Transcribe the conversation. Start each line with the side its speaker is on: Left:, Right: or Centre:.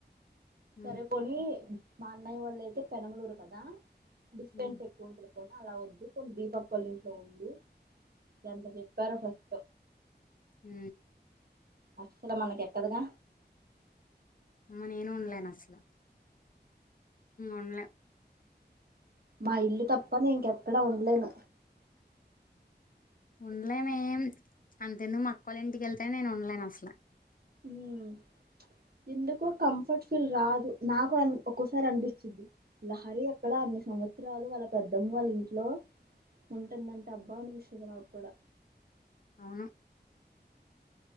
Left: హ్మ్
Right: సరే కొని మా అన్నయ్య వాళ్ళు అయితే పెనమలూరు కదా డిస్టెన్స్
Left: హ్మ్
Right: ఎక్కువ ఉంటుంది ని అలా వద్దు కొన్ని దీపక్ కాల ఇంట్లో ఉండు ఎంత చె సస్
Left: ఉ
Right: అస్సలు మన కెక్కదుగా
Left: అమ్మ నేను ఉండలేను అసల ఉండలే
Right: మా ఇల్లు తప్ప నే ఇంకెక్కడా ఉండలేను
Left: ఉండలే మే అంత ఎందుకు మాక్కళ్ళ ఇంటికెళ్తేనే నేను ఉండలేను అసలు
Right: మ్ ఎందుకో కంఫర్ట్ ఫీల్ రాదు నాకు ఒక్కోసారి అనిపిస్తుంది లహరి అక్కడ అన్ని సంవత్సరాలు వాళ్ళ పెద్దమ్మ వాళ్ళ ఇంట్లో ఉంటుందంటే అబ్బా అనిపిస్తు స్తది నాక్కూడా
Left: అవును